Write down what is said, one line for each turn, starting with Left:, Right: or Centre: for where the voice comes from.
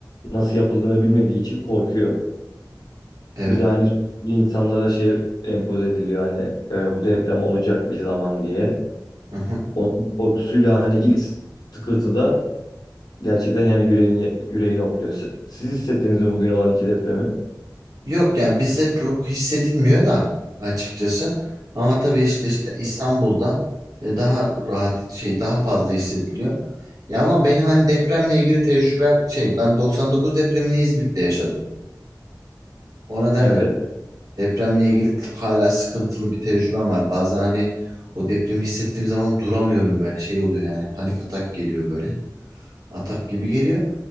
Left: nasıl yapıldığını bilmediği için korkuyor.
Right: evet.
Left: Bir de hani sürekli insanlara şey empoze ediliyor hani e, bu deprem olacak bir zaman diye.
Right: Aha.
Left: Onun korkusuyla hani ilk tıkırtıda gerçekten yani yüreğini, yüreğini hopluyor. Se- Siz hissettiniz mi bugün olan iki depremi?
Right: Yok yani bizde çok hissedilmiyor da açıkçası. Ama tabii işte işte İstanbul'da e, daha rahat şey daha fazla hissediliyor. Ya ama benim hani depremle ilgili tecrübem şey ben 99 depremini İzmit'te yaşadım. O nedenle
Left: Evet.
Right: depremle ilgili hala sıkıntılı bir tecrübem var. Bazen hani o depremi hissettiğim zaman duramıyorum böyle şey oluyor yani panik atak geliyor böyle. Atak gibi geliyor.